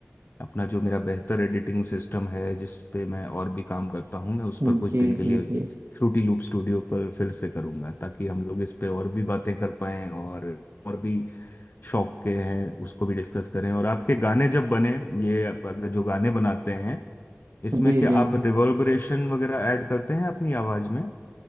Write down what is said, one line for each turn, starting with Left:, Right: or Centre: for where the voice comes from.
Left: अपना जो मेरा बेहतर एडिटिंग सिस्टम है जिस पे मैं और भी काम करता हूँ मैं उस
Right: हम्म।
Left: पर कुछ
Right: जी
Left: दिन के
Right: जी
Left: लिए
Right: जी
Left: फ्रूटी लूप स्टूडियो पर फिर से करूंगा ताकि हम लोग इस पे और भी बातें कर पाएं और और भी शौक के हैं उसको भी डिस्कस करें और आपके गाने जब बने ये आप अगर जो गाने बनाते हैं इसमें
Right: जी
Left: क्या
Right: जी
Left: आप
Right: जी
Left: रिवर्बरेशन वगैरह ऐड करते हैं अपनी आवाज में